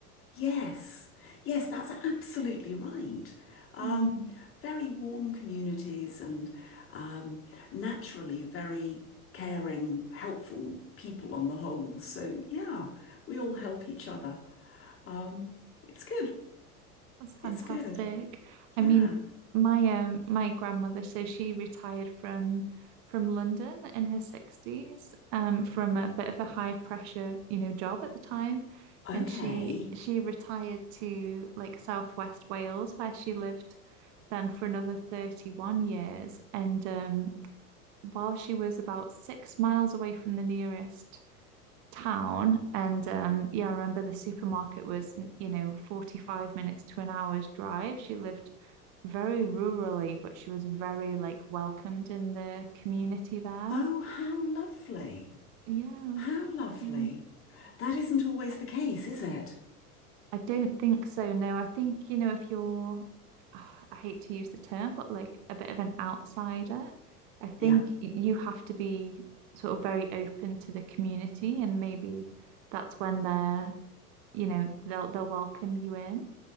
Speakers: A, on the left (about 30°); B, on the right (about 45°).
A: Yes, yes, that's absolutely right. Um,
B: Hmm.
A: very warm communities and um, naturally very caring, helpful people on the whole. So, yeah, we all help each other. Um, it's good.
B: That's fantastic.
A: It's good. Yeah.
B: I mean, my um my grandmother, so she retired from from London in her 60s, um, from a bit of a high pressure, you know, job at the time.
A: Okay.
B: And she she retired to like Southwest Wales, where she lived then for another 31 years. And um while she was about six miles away from the nearest town and um yeah I remember the supermarket was you know 45 minutes to an hour's drive she lived very rurally but she was very like welcomed in the community there
A: Oh, how lovely.
B: yeah
A: How lovely.
B: yeah
A: That isn't always the case, is it?
B: I don't think so no I think you know if you're ah, I hate to use the term but like a bit of an outsider I think
A: Yeah.
B: you have to be sort of very open to the community and maybe that's when they're you know they'll they'll welcome you in